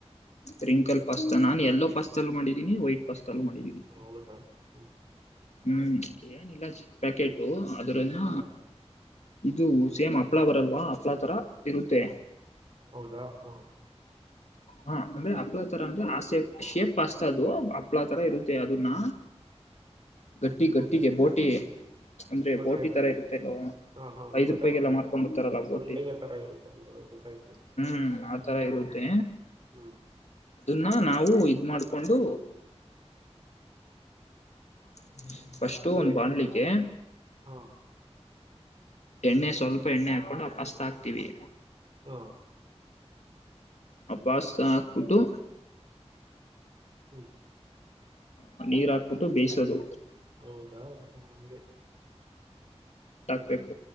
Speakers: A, on the left (about 80°); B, on the right (about 50°).
A: ಪ್ರ್ರಿಂಕಲ್ ಪಾಸ್ತ ನಾನು ಯಲ್ಲೋ ಪಸ್ತ್ ಮಾಡೀದಿನಿ ವೈಟ್ ಪಾಸ್ತ. ಚಾಲು ಮಾಡಿದಿನಿ.
B: ಹೌದಾ ಹ್ಮ್
A: ಹ್ಮ್ ಏನ್ ಇಲಾಜಿ ಪ್ಯಾಕೆಟು. ಅದರನ್ನ
B: ಹ
A: ಇದು ಸೇಮ್ ಹಪ್ಳ ಬರಲ್ವಾ ಹಪ್ಳಾ ತರ ಇರುತ್ತೆ.
B: ಹೌದಾ ಹ್ಮ.
A: ಹಾ ಅಂದ್ರೆ ಹಪ್ಳಾ ತರ ಅಂದ್ರೆ ಆ ಶೇಪ್ ಶೇಪ್ ಅಷ್ಟ ಅದು ಹಪ್ಲಾ ತರ ಇರುತ್ತೆ ಅದನ್ನ ಗಟ್ಟಿ ಗಟ್ಟಿಗೆ ಬೋಟಿ. ಅಂದ್ರೆ
B: ಗೊತ್ತಾಯ್ತು
A: ಬೋಟಿ ತರ ಇರುತ್ತೆಲ್ವ
B: ಹಾ ಹಾ
A: ಐದ್
B: ಗೊತ್ತಾಯ್ತು
A: ರೂಪಾಯಿಗೆಲ್ಲ
B: ಹೇಳಿ
A: ಮಾರ್ಕೊಂಡ್ ಬರ್ತಾರಲ್ಲ
B: ಸೊಂಡಿಗೆ
A: ಬೋಟಿ
B: ತರ ಇರುತ್ತೆ ಅಲ್ವ ಗೊತ್ತಾಯ್ತು ಹೇಳಿ
A: ಹ್ಮ್ ಆತರ ಇರುತ್ತೆ.
B: ಹ್ಮ್
A: ನ್ನ ನಾವು ಇದ್ ಮಾಡ್ಕೊಂಡು. <inaudible> ಫಸ್ಟು
B: ನೀರ್
A: ಒಂದ್ ಬಾಂಣ್ಲಿಗೇ.
B: ಹಾ
A: ಎಣ್ಣೆ ಸ್ವಲ್ಪ ಎಣ್ಣೆ ಹಾಕೊಂಡು ಆ ಪಾಸ್ತ ಹಾಕ್ತೀವಿ.
B: ಹಾ
A: ಆ ಪಾಸ್ತಾ ಅಕ್ಬಿಟ್ಟು.
B: ಹ್ಮ್
A: ಹ ನೀರ್ ಹಾಕ್ಬಿಟ್ಟು ಬೇಯಿಸದು.
B: ಹೌದಾ ಹ ಹಂಗೆ
A: ಟಾಕ್ಬೇಕು